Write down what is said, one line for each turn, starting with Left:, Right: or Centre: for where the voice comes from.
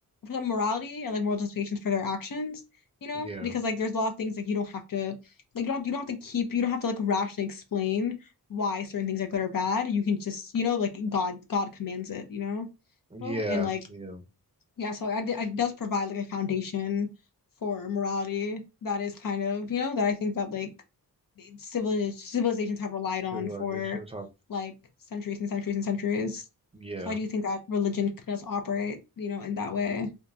Left: some morality and like moral justifications for their actions. You know,
Right: yeah,
Left: because like there's a lot of things like you don't have to, like you don't you don't have to keep you don't have to like rationally explain why certain things are good or bad. You can just you know like God God commands it. You know,
Right: yeah,
Left: oh, and like
Right: yeah.
Left: yeah, so I d- it does provide like a foundation for morality that is kind of, you know, that I think that like civil civilizations have relied on
Right: Civilizations
Left: for
Right: have,
Left: like centuries and centuries and centuries.
Right: yeah.
Left: So I do think that religion does operate, you know, in that
Right: Mm.
Left: way.